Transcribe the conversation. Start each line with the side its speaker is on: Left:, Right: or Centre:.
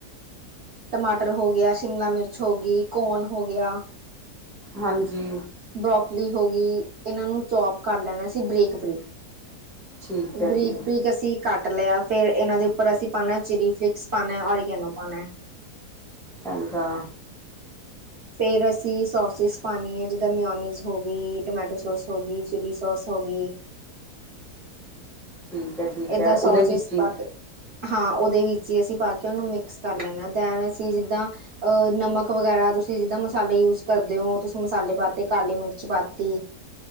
Right: ਟਮਾਟਰ ਹੋ ਗਿਆ, ਸ਼ਿਮਲਾ ਮਿਰਚ ਹੋ ਗਈ ਕੋਨ ਹੋ ਗਿਆ।
Centre: ਹਾਂਜੀ
Right: ਬਰੋਕਲੀ ਹੋ ਗਈ ਇਹਨਾਂ ਨੂੰ ਚੋਪ ਕਰ ਲੈਣਾ ਸੀ ਬਰੀਕ -ਬਰੀਕ
Centre: ਠੀਕ ਹੈ
Right: ਬਰੀਕ
Centre: ਜੀ
Right: -ਬਰੀਕ ਅਸੀਂ ਕੱਟ ਲਿਆ ਫਿਰ ਇਹਨਾਂ ਦੇ ਉੱਪਰ ਅਸੀਂ ਪਾਣਾ ਚਿੱਲੀ ਫਿਲੇਕਸ ਪਾਣਾ ਔਰੀਗਨੋ ਪਾਣਾ।
Centre: ਚੰਗਾ
Right: ਫਿਰ ਅਸੀਂ ਸੋਸਿਸ ਪਾਣੀ ਹੈ ਜਿੱਦਾਂ ਮਿਓਨੀਜ਼ ਹੋ ਗਈ ਟਮੈਟੋ ਸੋਸ ਹੋ ਗਈ ਚਿੱਲੀ ਸੋਸ ਹੋ ਗਈ।
Centre: ਠੀਕ ਹੈ -ਠੀਕ
Right: ਏਦਾਂ
Centre: ਹੈ ਉਹਦੇ
Right: ਸੋਸਿਸ
Centre: ਵਿੱਚ ਹੀ
Right: ਪਾ ਕੇ ਹਾਂ ਉਹਦੇ ਵਿੱਚ ਹੀ ਅਸੀਂ ਪਾ ਕੇ ਉਹਨੂੰ ਮਿਕਸ ਕਰ ਲੈਣਾ ਤਾਂ ਵੀ ਅਸੀਂ ਜਿੱਦਾਂ ਅਹ ਨਮਕ ਵਗ਼ੈਰਾ ਤੁਸੀਂ ਜਿੱਦਾਂ ਮਸਾਲੇ ਯੂਜ ਕਰਦੇ ਹੋ ਤੁਸੀਂ ਮਸਾਲੇ ਪਾਤੇ ਕਾਲੇ ਮਿਰਚ ਪਾਤੀ।